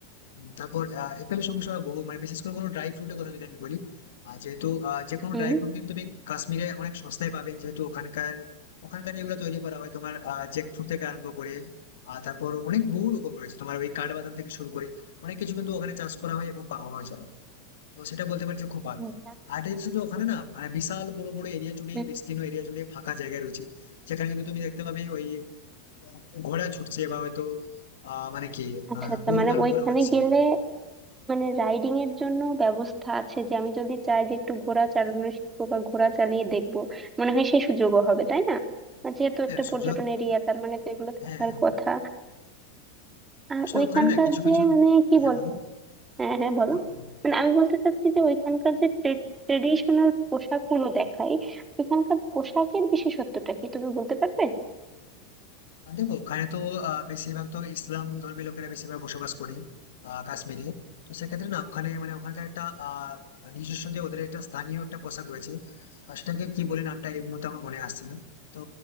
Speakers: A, on the left; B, on the right.
A: উম, তারপর আহ, একটা বেশ সমস্যা হয় বহু মানে বিশেষ করে কোনো ড্রাই ফ্রুটের কথা যদি আমি বলি আহ, যেহেতু আহ, যে কোনো
B: হুম
A: ড্রাই ফ্রুট কিন্তু তুমি কাশ্মীরে অনেক সস্তায় পাবে যেহেতু ওখানকার ওখানকার এগুলো তৈরি করা হয় তোমার জ্যাক ফ্রুট থেকে আরম্ভ করে আর তারপর অনেক বহু রকম রয়েছে তোমার ওই কাঠবাদাম থেকে শুরু করে অনেক কিছু কিন্তু ওখানে চাষ করা হয় এবং পাওয়া যায় তো সেটা বলতে পারি যে খুব ভালো
B: হুম।
A: আর একটা জিনিস হচ্ছে ওখানে না মানে বিশাল বড় বড় এরিয়া জুড়ে
B: হুম,
A: বিস্তীর্ণ এরিয়া জুড়ে ফাঁকা জায়গা রয়েছে যেখানে কিন্তু তুমি দেখতে পাবে ওই আহ, ঘোড়া ছুটছে বা হয়তো আহ মানে কি
B: আচ্ছা
A: আহ
B: আচ্ছা
A: গরু
B: মানে
A: পালন
B: ওইখানে
A: করা হচ্ছে
B: গেলে মানে রাইডিং এর জন্য ব্যবস্থা আছে যে আমি যদি চাই যে একটু ঘোড়া চালানো শিখবো বা ঘোড়া চালিয়ে দেখবো মনে হয় সেই সুযোগও হবে তাই না আর যেহেতু
A: হ্যাঁ,
B: একটা পর্যটন
A: সুযোগ
B: এরিয়া তার মানে তো এগুলো থাকার
A: হ্যাঁ,
B: কথা আর
A: আসলে
B: ওইখানকার
A: ওখানে না কিছু,
B: যে
A: কিছু
B: মানে কি
A: হ্যাঁ,
B: বলবো
A: বলো,
B: হ্যাঁ হ্যাঁ বলো
A: বলো, বলো।
B: মানে আমি বলতে চাচ্ছি যে ওইখানকার যে ট্রেডিশনাল পোশাক গুলো দেখায় ওইখানকার পোশাকের বিশেষত্বটা কি তুমি বলতে পারবে
A: আহ দেখো ওখানে তো আহ, বেশিরভাগ তো ইসলাম ধর্মী লোকেরা বেশিরভাগ বসবাস করে আহ, কাশ্মীরে তো সেক্ষেত্রে না ওখানে মানে ওখানকার একটা আহ, নিজস্ব যে ওদের একটা স্থানীয় একটা পোশাক রয়েছে আর সেটাকে কি বলে নামটা এই মুহূর্তে আমার মনে আসছে না তো